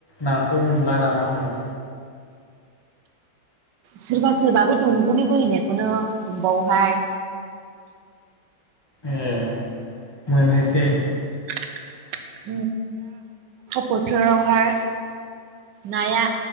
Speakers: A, on the left; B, on the right.
A: नाखौ हमला नामा होमबा?
B: सोरबा सोरबा बे दंग'नि बोहैनायखौनो हमबावोहाय
A: ए <inaudible> मोनसै
B: <unintelligible> बोथोरावहाय नाया